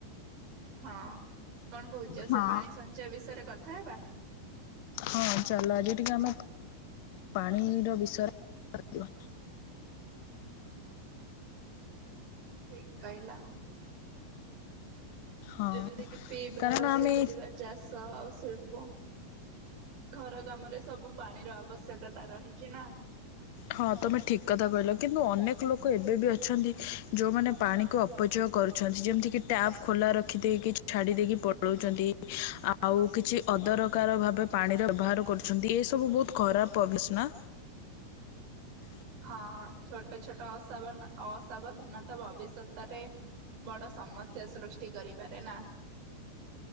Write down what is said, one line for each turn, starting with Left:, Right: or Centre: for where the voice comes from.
Right: ହଁ କଣ କହୁଛ
Left: ହଁ।
Right: ସେ ପାଣି ସଞ୍ଚୟ ବିଷୟରେ କଥା ହେବା।
Left: ହଁ ଚାଲ ଆଜି ଟିକେ ଆମେ ପାଣିର ବିଷୟରେ
Right: ଠିକ୍ କାଇଲା।
Left: ହଁ
Right: ଯେମିତି କିି ପିଇବା
Left: କାରଣ
Right: ରୋଷେଇ
Left: ଆମେ
Right: କରିବା ଚାଷ ଆଉ ଶିଳ୍ପ। ଘର କାମରେ ସବୁ ପାଣିର ଆବଶ୍ୟକତା ରହିଛି ନା।
Left: ହଁ ତମେ ଠିକ କଥା କହିଲ କିନ୍ତୁ ଅନେକ ଲୋକ ଏବେ ବି ଅଛନ୍ତି ଯୋଉମାନେ ପାଣିକୁ ଉପଯୋଗ କରୁଛନ୍ତି ଯେମିତି କିି ଟାପ ଖୋଲା ରଖିଦେଇକି ଛାଡି ଦେଇକି ପଳାଉଛନ୍ତି। ଆଉ କିଛି ଅଦରକାର ଭାବେ ପାଣିର ବ୍ୟବହାର କରୁଛନ୍ତି ଏ ସବୁ ବହୁତ ଖରାପ ଅଭ୍ୟାସ ନା। ହ
Right: ହଁ ଛୋଟ ଛୋଟ ଅସାବ ଅସାବଧାନତା ଭବିଷ୍ୟତରେ। ବଡ଼ ସମସ୍ୟା ସୃଷ୍ଟି କରିପାରେ ନା।